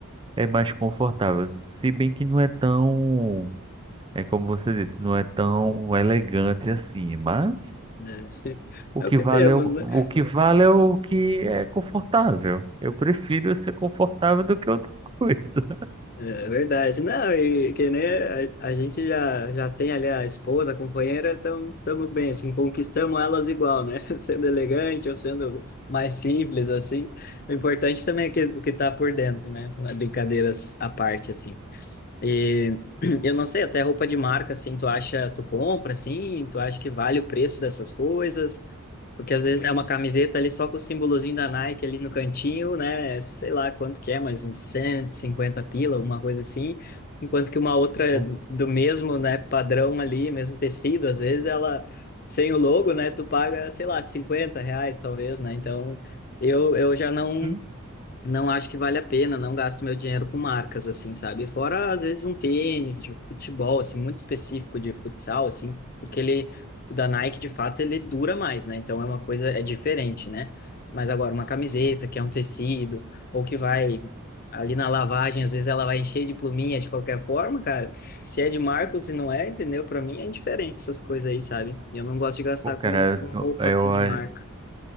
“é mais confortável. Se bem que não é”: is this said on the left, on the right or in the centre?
Right